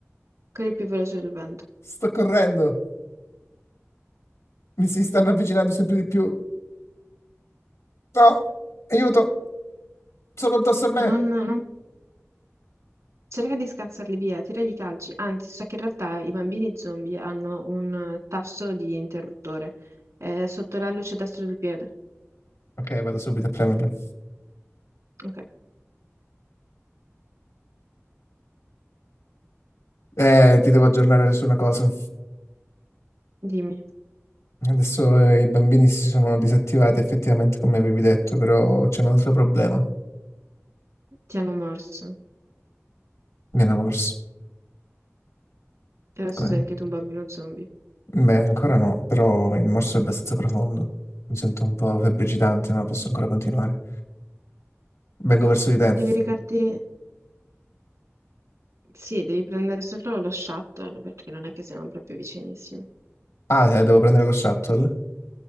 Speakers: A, on the right (about 80°); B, on the left (about 85°).
A: corri più veloce del vento.
B: sto correndo. Mi si stanno avvicinando sempre di più. No, aiuto, sono addosso a me.
A: Non, non- cerca di scansarli via, tiragli i calci. Anzi, so che in realtà i bambini zombie hanno un eh, tasto di interruttore eh, sotto la luce destra del piede.
B: Ok, vado subito a premerlo.
A: Ok,
B: Eh, ti devo aggiornare su una cosa.
A: dimmi,
B: Adesso eh, i bambini si sono disattivati effettivamente come avevi detto, però c'è un altro problema.
A: ti hanno morso.
B: Mi hanno morso.
A: E adesso
B: Come?
A: sei anche tu un bambino zombie.
B: Beh, ancora no, però il morso è abbastanza profondo. Mi sento un po' febbricitante, ma posso ancora continuare. Vengo verso di te.
A: Devi recarti... Sì, devi prendere solo lo shuttle, perché non è che siamo proprio vicinissimi.
B: Ah, eh, devo prendere lo shuttle?